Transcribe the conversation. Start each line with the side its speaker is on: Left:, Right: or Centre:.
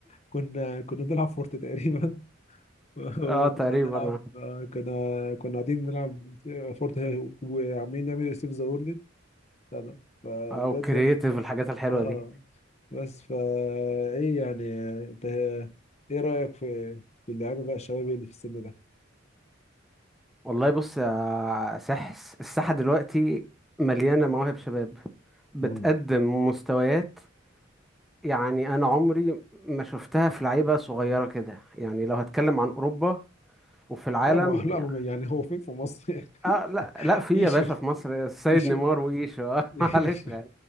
Left: كنا كنا بنلعب فورت تقريبا <laughs> وكنا
Centre: اه تقريبا
Left: بنلعب آه، كنا كنا قاعدين بنلعب فورت وعمالين نعمل سيف ذا وورلد لا لا، فبجد
Centre: اه او كرييتيف الحاجات الحلوه
Left: اه
Centre: دي
Left: بس فا ايه يعني انت ايه رأيك في في اللعيبه بقى الشباب اللي في السن ده؟
Centre: والله بص يا سحس الساحه دلوقتي مليانه مواهب شباب بتقدم
Left: مم.
Centre: مستويات يعني انا عمري ما شفتها في لعيبه صغيره كده يعني لو هتكلم عن اوروبا وفي العالم
Left: لا ما <laughs> لا
Centre: يعني
Left: ما يعني هو فين في مصر يعني؟
Centre: اه لا
Left: <laughs>
Centre: لا في
Left: ايشو
Centre: يا باشا في مصر السيد
Left: ايشو
Centre: نيمار وايشو <laughs> اه
Left: ايشو
Centre: معلش